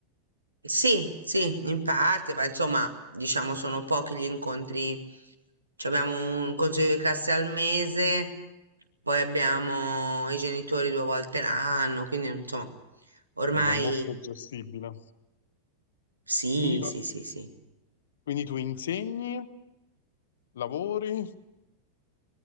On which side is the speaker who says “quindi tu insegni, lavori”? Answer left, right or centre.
Left